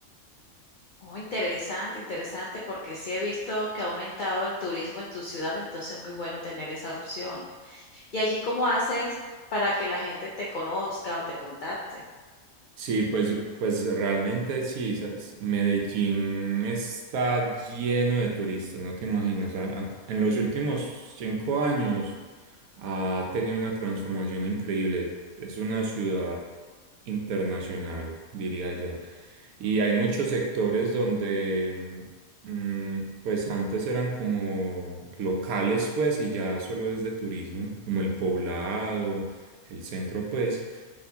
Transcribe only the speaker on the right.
Sí, pues, pues realmente sí, sa- s- Medellín está lleno de turistas, no te imaginas. A- a- En los últimos cinco años ha tenido una transformación increíble. Es una ciudad internacional, diría ya. Y hay muchos sectores donde, mm, mm, pues antes eran como locales, pues, y ya solo es de turismo, como el Poblado, el centro, pues.